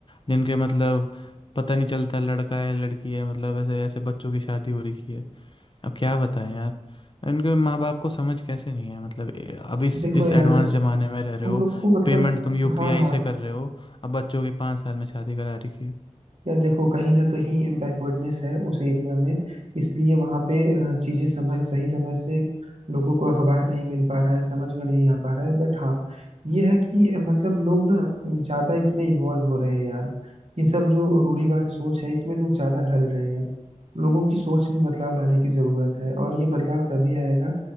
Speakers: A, on the left; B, on the right.
A: जिनके मतलब पता नहीं चलता लड़का है लड़की है मतलब ऐसे ऐसे बच्चों की शादी हो रखी है अब क्या बताएं यार इनके माँ बाप को समझ कैसे नहीं है मतलब ए- अब इस
B: देखो
A: इस
B: यार
A: एडवांस ज़माने में रह रहे
B: उन
A: हो
B: लोग को मतलब
A: पेमेंट तुम यूपीआई
B: हाँ हाँ
A: से कर रहे हो अब बच्चों की पाँच साल में शादी करा रखी है
B: यार देखो कहीं ना कहीं बैकवर्डनेस है उस एरिया में इसलिए वहाँ पे अ, चीजें समय सही समय से लोगों को अखबार नहीं मिल पा रहा है समझ में नहीं आ पा रहा है बट हाँ ये है कि अ, मतलब लोग ना ज्यादा इसमें इन्वॉल्व हो रहे हैं यार ये सब जो रूढ़िवाद सोच है इसमें लोग ज्यादा ढल रहे हैं लोगों की सोच में बदलाव लाने की जरूरत है और ये बदलाव तभी आएगा